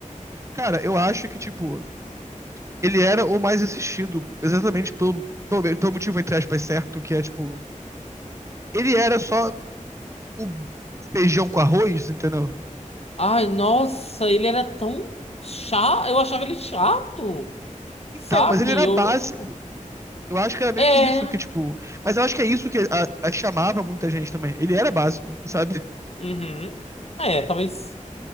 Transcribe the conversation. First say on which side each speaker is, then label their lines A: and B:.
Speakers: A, on the right; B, on the left.
A: Cara, eu acho que, tipo, ele era o mais assistido exatamente pelo, pelo, pelo motivo, entre aspas, certo, que é, tipo, ele era só o feijão com arroz, entendeu?
B: Ai, nossa, ele era tão chato. Eu achava ele chato,
A: Então,
B: sabe?
A: mas ele era
B: Eu...
A: básico. Eu acho que era meio
B: É.
A: que isso, que tipo. Mas eu acho que é isso que a- a- chamava muita gente também. Ele era básico, sabe?
B: Uhum. É, talvez